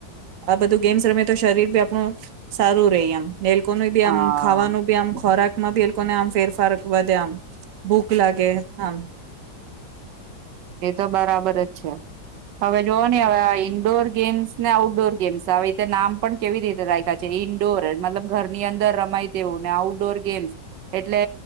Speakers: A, on the right; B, on the right.
A: આ બધું ગેમ્સ રમેી તો શરીર બી આપણું સારું રે એમ નેલકો ન બી
B: હા
A: આમ ખાવાનું બી આમ ખોરાક માં બ લોકોને આમ ફેરફાર વધે આમ ભૂખ લાગે આમ
B: એ તો બરાબર જ છે હવે જોવો ને હવે આ ઇન્દોર ગેમ્સ ને આઉટડોર ગેમ્સ આવી રીતે નામ પણ કેવી રીતે રાખ્યા છે ઈન્ડોર મતલબ ઘરની અંદર રમાય તેવું ને આઉટડોર ગેમ્સ એટલે